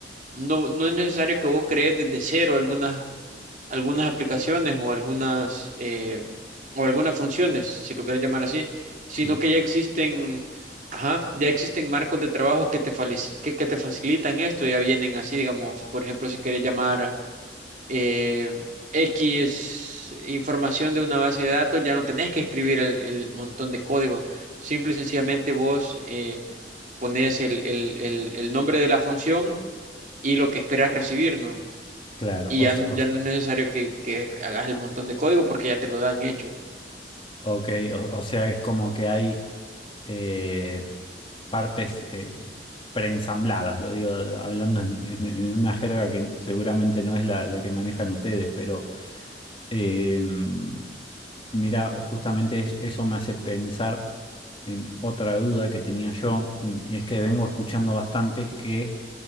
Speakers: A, on the right; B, on the left.
A: no, no es necesario que vos crees desde cero algunas algunas aplicaciones o algunas eh, o algunas funciones, si lo quieres llamar así, sino
B: sí,
A: que ya existen, ajá, ya existen marcos de trabajo que te falici- que, que te facilitan esto, ya vienen así, digamos, por ejemplo, si quieres llamar eh, X información de una base de datos, ya no tenés que escribir el, el montón de código, simple y sencillamente vos eh, pones el, el, el, el nombre de la función y lo que esperas recibir, ¿no?
B: claro.
A: y
B: O,
A: ya,
B: se-
A: n-
B: o
A: ya
B: s-
A: no es necesario que, que hagas el montón de código porque ya te lo dan hecho.
B: ok, o, o sea, es como que hay eh, partes eh, preensambladas, lo digo hablando en, en- en una jerga que seguramente no es la, la que manejan ustedes, pero Em, mira, justamente es- eso me hace pensar en otra duda que tenía yo, y es que vengo escuchando bastante que